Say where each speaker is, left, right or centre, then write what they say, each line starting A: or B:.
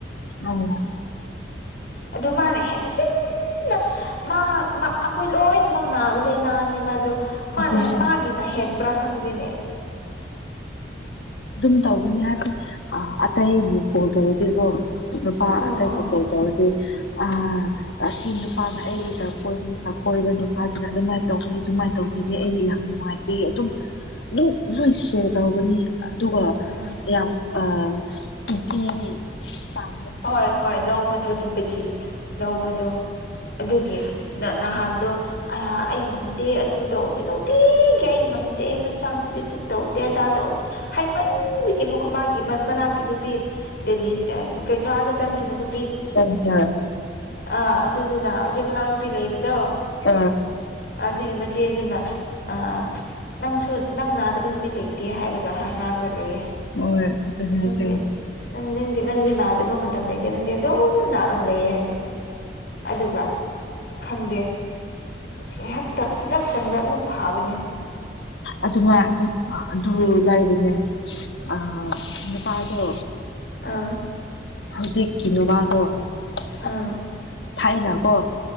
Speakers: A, on the left; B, on the left.
A: ꯎꯝ
B: ꯑꯗꯨ ꯃꯥꯅ ꯍꯦꯟ ꯖꯤꯟꯅ ꯃꯥ ꯑꯩꯈꯣꯏ ꯂꯣꯏꯅꯃꯛ ꯅꯥꯕ ꯂꯩꯅꯥꯅꯦꯕ ꯑꯗꯨ ꯃꯥꯅꯦ
A: ꯑꯗꯨꯅꯦ
B: ꯃꯥꯒꯤꯅ ꯍꯦꯟꯕ꯭ꯔꯥ ꯈꯪꯗꯦꯅꯦ
A: ꯑꯗꯨꯝ ꯇꯧꯒꯅꯤ ꯍꯥꯏꯗꯤ ꯑꯇꯩ ꯀꯣꯜ ꯇꯧꯔꯒꯦꯀꯣ ꯄꯥ
B: ꯎꯝ
A: ꯑꯇꯩ
B: ꯎꯝ
A: ꯀꯣꯜ ꯇꯧꯔꯗꯤ ꯑ ꯑꯁꯤ ꯅꯨꯄꯥꯅ ꯑꯩꯗꯥꯛ ꯀꯣꯏꯕꯗ ꯀꯣꯏꯕ ꯅꯨꯄꯥꯁꯤꯅ ꯑꯗꯨꯃꯥꯏꯅ ꯇꯧꯕꯤ ꯑꯗꯨꯃꯥꯏꯅ ꯇꯧꯕꯤꯅꯦ ꯑꯩ ꯌꯥꯝ ꯅꯨꯡꯉꯥꯏꯇꯦ ꯑꯗꯨꯝ ꯑꯗꯨꯝ ꯂꯣꯏ ꯁꯤꯌꯔ ꯇꯧꯒꯅꯤ ꯑꯗꯨꯒ
B: ꯎꯝ
A: ꯌꯥꯝ ꯑꯥ ꯏ <unintelligible>
B: ꯍꯣꯏ ꯍꯣꯏ ꯂꯧꯕꯗꯣ ꯁꯤꯝꯄꯦꯊꯤꯟ ꯂꯧꯕꯗꯣ ꯑꯗꯨꯒꯤ ꯅ ꯅꯍꯥꯟꯗꯣ ꯑ ꯑꯩ ꯉꯝꯗꯦ ꯑꯗꯨ ꯇꯧꯗꯦ ꯅꯨꯡꯇꯤꯒꯤ ꯑꯩ ꯉꯝꯗꯦ ꯑꯩ ꯃꯁꯥ ꯉꯝꯗꯦ ꯇꯧꯗꯦ ꯑꯗꯥ ꯇꯧꯗꯦ ꯍꯥꯏꯃꯟ ꯃꯥꯒꯤ ꯃꯅꯥꯛꯀꯤ ꯅꯨꯄꯤ ꯗꯦꯂꯤ ꯀꯩꯅꯣ ꯑꯥꯗ ꯆꯪꯈꯤꯕ ꯅꯨ
A: <unintelligible>
B: ꯑꯥ ꯑꯗꯨꯗꯨꯅ ꯍꯧꯖꯤꯛ ꯃꯅꯥꯎꯅꯨꯄꯤ ꯂꯩꯕꯗꯣ
A: ꯑ
B: ꯑꯗꯨꯒꯤ ꯃꯆꯦꯗꯨꯅ ꯑ ꯅꯪꯁꯨ ꯅꯪ ꯅꯥꯗꯕ ꯅꯨꯃꯤꯠ ꯂꯩꯇꯦ ꯍꯥꯏꯔꯒ ꯉꯥꯡꯂ ꯂꯩꯌꯦ
A: ꯑꯣ ꯑꯗꯨꯅꯦ ꯍꯥꯏꯁꯦ
B: ꯅꯪꯗꯤ ꯅꯪ ꯅꯪꯗꯤ ꯅꯗꯕ ꯅꯥꯗꯕ ꯃꯇꯝ ꯂꯩꯇꯦ ꯅꯪꯗꯤ ꯑꯗꯨꯝ ꯅꯥꯒ ꯂꯩꯌꯦ ꯍꯥꯏ ꯑꯗꯨꯒ ꯈꯪꯗꯦ ꯉꯥꯏꯍꯥꯛꯇꯪ ꯈꯨꯗꯛꯇꯪꯗ ꯑꯃꯨꯛ ꯐꯥꯕꯅꯦ
A: ꯑꯗꯨꯃ ꯑꯗꯨ ꯍ ꯂꯥꯏꯕꯅꯦ ꯑ ꯅꯨꯄꯥꯗꯣ
B: ꯑꯥ
A: ꯍꯧꯖꯤꯛꯀꯤ ꯅꯨꯄꯥꯗꯣ
B: ꯑꯥ
A: <inaudible> ꯊꯥꯏꯅ ꯀꯣ